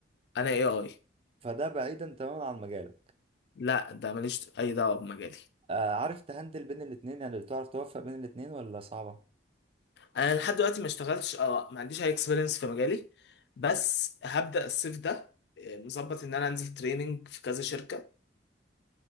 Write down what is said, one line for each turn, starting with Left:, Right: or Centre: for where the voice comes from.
Left: انا اي اي
Right: فده بعيدا تماما عن مجالك
Left: لا ده ماليش اي دعوه بمجالي
Right: آه عارف تهندل بين الاتنين يعني بتعرف توفق بين الاتنين ولا صعبه
Left: انا لحد دلوقتي ما اشتغلتش اه ما عنديش اي اكسبيرينس في مجالي بس هبدأ الصيف ده آه، مظبط ان انا انزل تريننج في كذا شركة